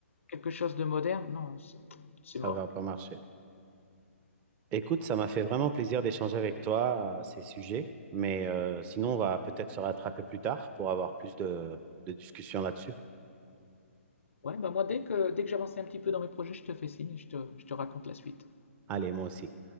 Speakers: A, on the left (about 65°); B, on the right (about 20°).
A: quelque chose de moderne, non, c'est c'est
B: Ça
A: mort.
B: va pas marcher. Écoute, ça m'a fait vraiment plaisir d'échanger avec toi à ces sujets. Mais euh, sinon, on va peut-être se rattraper plus tard pour avoir plus de, de discussions là-dessus.
A: Ouais, bah moi, dès que, dès que j'avance un petit peu dans mes projets, je te fais signe et je te, je te raconte la suite.
B: Allez, moi aussi.